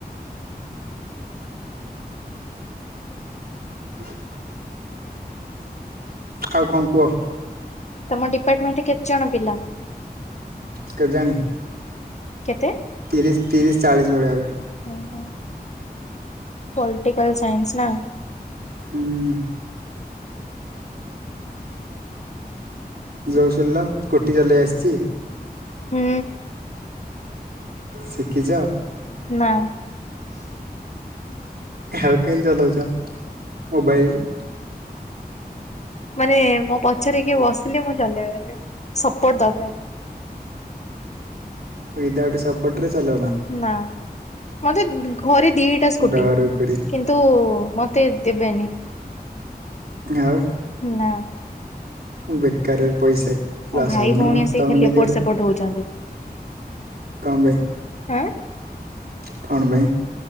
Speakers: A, on the right (about 70°); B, on the left (about 45°).
A: ହୁଁ <unintelligible> ଆଉ କଣ କୁଅ?
B: ତମ ଡିପାର୍ଟମେଣ୍ଟରେ କେତେ ଜଣ ପିଲା?
A: କେଜାଣି?
B: କେତେ?
A: ତିରିଶ ତିରିଶ ଚାଳିଶ ଭଳିଆ ହେବେ।
B: ଓ ହୋ ପଲଟିକାଲ ସାଇନ୍ସ ନା।
A: ହୁଁ। ଜଏସୁଲ୍ଲା ସ୍କୁଟି ଚଲେଇ ଆସିଚି?
B: ହୁଁ।
A: ଶିକିଚ?
B: ନା।
A: ଆଉ କେମିତି ଚାଲଉଚ ମୋବାଇଲ?
B: ମାନେ ମୋ ପଛରେକିଏ ବସିଲେ ମୁଁ ଚଲେଇ ପାରିବି ସପୋର୍ଟ ଦରକାର।
A: ୱିଦିଆଉଟ ସପୋର୍ଟରେ ଚଲଉନା?
B: ନା। ମତେ ଘରେ ଦିଟା ସ୍କୁଟି
A: ଡରୁକୁରି
B: କିନ୍ତୁ ମତେ ଦେବେନି।
A: ଆଉ।
B: ନା।
A: ବେକାର ରେ ପଇସା
B: ମୋ
A: ଲସ୍
B: ଭାଇ
A: ହବ
B: ଭଉଣୀ
A: ନୁହଁ
B: ଆସିକି
A: ତମ
B: ଖାଲି
A: <unintelligible>
B: ଏପଟ ସେପଟ ହଉଛନ୍ତି
A: କଣ ପାଇଁ
B: ଆଁ
A: କଣ ପାଇଁ?